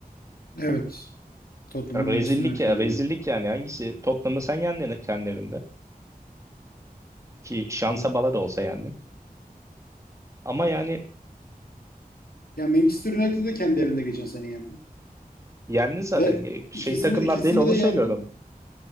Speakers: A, on the left; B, on the right.
A: Evet. Tottenham'da
B: Rezillik
A: Manchester United
B: ya
A: oynuyor.
B: rezillik yani hangisi? Tottenham'ı sen yendin kendi evinde. Ki şansa
A: Hı.
B: bala da olsa yendin. Ama yani
A: Ya Manchester United de kendi evinde geçen sene yendi.
B: yendin zaten.
A: Ve
B: Şey
A: ikisini
B: takımlar
A: ikisini
B: değil onu
A: de yendi.
B: söylüyorum.